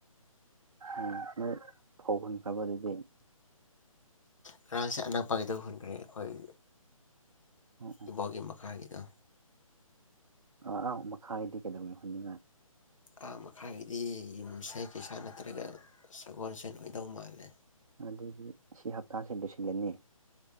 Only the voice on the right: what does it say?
ꯎꯝ ꯅꯣꯏ ꯐꯧ ꯍꯨꯟꯈ꯭ꯔꯕ ꯑꯗꯨꯗꯤ
ꯎꯝ ꯎꯝ
ꯑꯥ ꯑꯪ ꯃꯈꯥꯒꯤꯗꯤ ꯀꯩꯗꯧꯒꯥꯏ ꯍꯨꯟꯅꯤꯡꯉꯥꯏ
ꯑꯗꯨꯗꯤ ꯁꯤ ꯍꯞꯇꯥꯁꯦ ꯂꯣꯏꯁꯤꯜꯂꯅꯤ